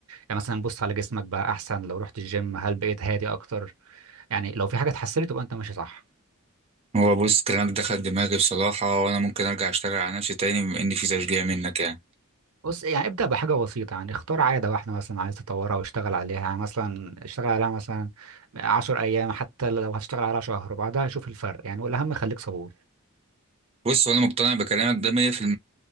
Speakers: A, on the right; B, on the right.
A: يعني مثلا بص على جسمك بقى احسن لو رحت الجيم هل بقيت هادي اكتر يعني لو في حاجه اتحسنت تبقى انت ماشي صح
B: هو بص كلامك دخل دماغي بصراحة وأنا ممكن أرجع أشتغل على نفسي تاني بما إن في تشجيع منك يعني
A: بص يعني ابدا بحاجه بسيطه يعني اختار عاده واحده مثلا عايز تطورها واشتغل عليها يعني مثلا اشتغل عليها مثلا 10 ايام حتى لو هتشتغل عليها شهر وبعدها شوف الفرق يعني والاهم خليك صبور
B: بص وأنا مقتنع بكلامك ده 100% في